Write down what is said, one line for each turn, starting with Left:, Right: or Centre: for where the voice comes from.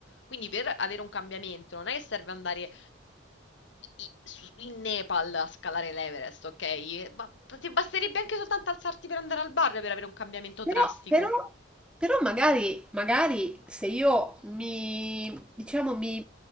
Left: Quindi per avere un cambiamento non è che serve andare i- su- in Nepal a scalare l'Everest, ok? E Ma ti basterebbe anche soltanto alzarti per andare al bar per avere un cambiamento
Centre: Però,
Left: drastico.
Centre: però- però magari, magari se io mi, diciamo, mi,